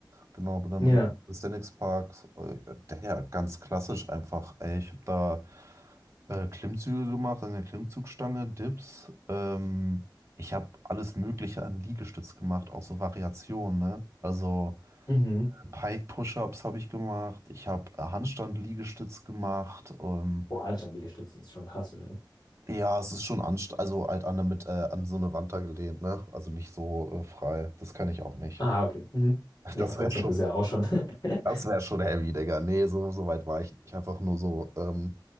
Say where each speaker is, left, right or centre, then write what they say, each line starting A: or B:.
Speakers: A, on the right (about 35°); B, on the left (about 50°).
A: Genau, aber dann
B: Ja,
A: im Aesthetics Park, äh, der ja ganz klassisch einfach, ey, ich habe da äh, Klimmzüge gemacht an der Klimmzugstange, Dips, ähm, ich habe alles Mögliche an Liegestütz gemacht, auch so Variationen, ne? Also
B: mhm.
A: Pike Push-Ups habe ich gemacht, ich habe Handstand-Liegestütz gemacht, ähm,
B: Boah, Handstand Liegestützen ist schon krass, oder nicht?
A: ja, es ist schon anst also halt an, mit, äh, an so eine Wand da gelehnt, ne? Also nicht so äh, frei, das kann ich auch nicht.
B: Ah, okay. Mhm. Ja,
A: Das
B: aber trotzdem,
A: wäre schon
B: das ist ja auch schon. <laughs>
A: Das wäre schon heavy, Digga. Nee, so, so weit war ich nicht. Einfach nur so ähm,